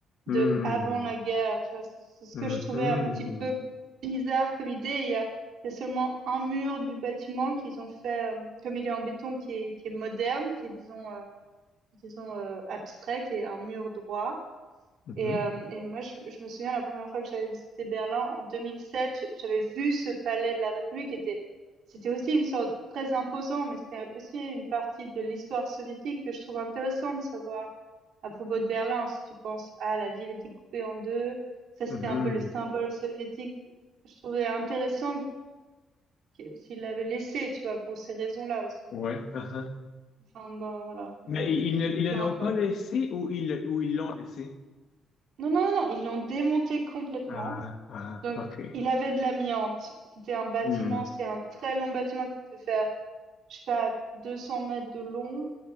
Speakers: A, on the left (about 65°); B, on the right (about 75°).
A: hmm,
B: de avant la guerre tu vois c'est c'est ce
A: mhm,
B: que je trouvais un petit peu bizarre comme idée il y a il y a seulement un mur du bâtiment qu'ils ont fait euh, comme il est en béton qui est qui est moderne qui est disons euh, disons euh, abstrait qui est un mur droit
A: mhm,
B: et, euh, et moi, je, je me souviens la première fois que j'avais visité Berlin en 2007, j'avais vu ce palais de la République. qui Était, c'était aussi une sorte très imposant, mais c'était aussi une partie de l'histoire soviétique que je trouve intéressant de savoir à propos de Berlin. Si tu penses, ah, la ville était coupée en deux, ça c'était
A: mhm,
B: un peu le symbole soviétique. Je trouvais intéressant que- s'il l'avait laissé, tu vois, pour ces raisons-là aussi.
A: ouais,
B: Mais
A: ah, ah.
B: enfin, bon, voilà. Mais
A: Mais i- ils ne, ils ne
B: peu
A: l'ont
B: importe.
A: pas laissé ou ils, ou ils l'ont laissé?
B: Non, non, non, non, ils l'ont démonté complètement.
A: Ah, ah,
B: Donc,
A: ok.
B: il avait de l'amiante. C'était un bâtiment,
A: Hmm,
B: c'était un très long bâtiment qui devait faire, je sais pas, 200 mètres de long.